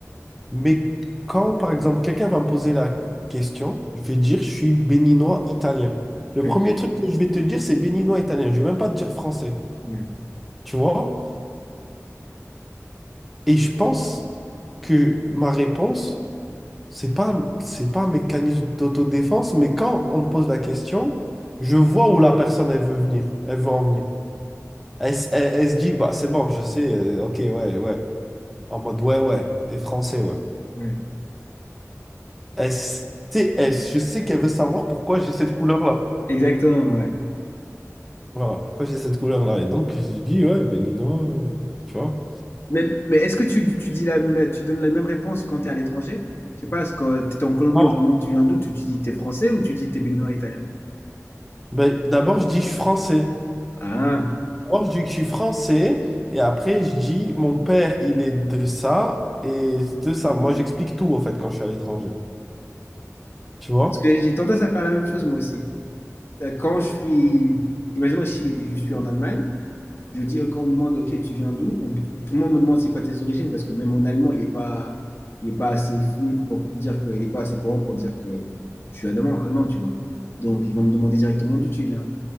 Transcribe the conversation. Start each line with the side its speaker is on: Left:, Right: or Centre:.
Centre: Mais quand, par exemple, quelqu'un va me poser la question, je vais dire, je suis béninois italien. Le
Left: ok,
Centre: premier truc que je vais te dire, c'est béninois italien. Je vais même pas te dire français.
Left: ouais,
Centre: Tu vois? Et je pense que ma réponse, c'est pas, c'est pas un mécanisme d'autodéfense, mais quand on me pose la question, je vois où la personne, elle veut venir. Elle veut en venir. Elle, s- elle- elle se dit, bah, c'est bon, je sais, euh, ok, ouais, ouais. En mode, ouais, ouais, t'es français, ouais.
Left: ouais.
Centre: Elle sait, elle- je sais qu'elle veut savoir pourquoi j'ai cette couleur-là.
Left: Exactement, ouais.
Centre: Voilà, pourquoi j'ai cette couleur-là? Et donc, je dis, ouais, ben Nino, euh, tu vois.
Left: Mais, mais est-ce que tu, tu dis la, même- tu donnes la même réponse quand tu es à l'étranger? Je sais pas, est-ce que tu es en Colombie,
Centre: Non.
Left: on te demande tu viens d'où, tu, tu dis t'es français ou tu dis t'es es noir italien?
Centre: Ben, d'abord, je dis, je suis français.
Left: Ah,
Centre: D'abord, je dis que je suis français. Et après, je dis, mon père, il est de ça. Et de ça, moi, j'explique tout, en fait, quand je suis à l'étranger.
Left: parce
Centre: Tu vois?
Left: que j'ai tendance à faire la même chose moi aussi. Euh, Quand je suis, imaginons, je suis, je suis en Allemagne, je dis, euh, quand on me demande, OK, tu viens d'où? On- Tout le monde me demande c'est quoi tes origines parce que même mon allemand, il n'est pas, il est pas assez fluide pour dire que, il n'est pas assez courant pour dire que je suis allemand, allemand, tu vois. Donc, ils vont me demander directement d'où tu viens.